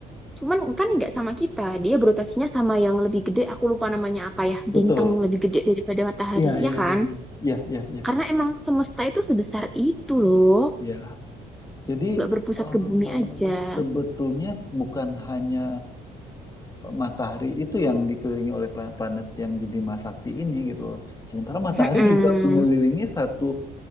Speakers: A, in the centre; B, on the left.
A: cuman kan nggak sama kita. Dia berotasinya sama yang lebih gede, aku lupa namanya apa ya,
B: betul.
A: bintang lebih gede daripada matahari,
B: Iya, iya,
A: ya kan?
B: iya, iya, iya, iya. iya.
A: Karena emang semesta itu sebesar itu loh,
B: Iya. Jadi
A: nggak berpusat
B: eh,
A: ke bumi aja.
B: sebetulnya bukan hanya matahari itu yang dikelilingi oleh planet-planet yang di Bima Sakti ini gitu loh. Sementara matahari
A: Mm-mm.
B: juga mengelilingi satu